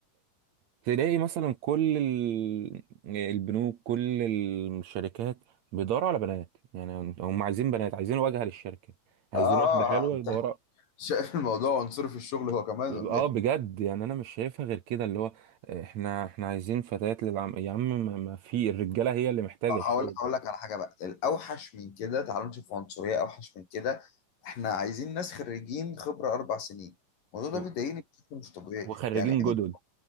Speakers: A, on the right; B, on the left.
A: تلاقي مثلا كل ال- البنوك كل الشركات بيدوروا على بنات يعني هم عايزين بنات عايزين واجهة للشركة عايزين
B: اه
A: واحدة حلوة
B: انت
A: يدوروا
B: <laughs> شايف الموضوع عنصري في الشغل هو كمان ولا
A: اه
B: ايه
A: بجد يعني انا مش شايفها غير كده اللي هو آه، احنا احنا عايزين فتيات للعم يا عم ما ما في الرجاله هي اللي محتاجه
B: هقول
A: الشغل
B: هقول لك على حاجه بقى الاوحش من كده تعالوا نشوف عنصريه اوحش من كده احنا عايزين ناس خريجين خبره اربع سنين الموضوع
A: و-
B: ده بيضايقني بشكل مش طبيعي
A: وخريجين
B: يعني ايه
A: جدد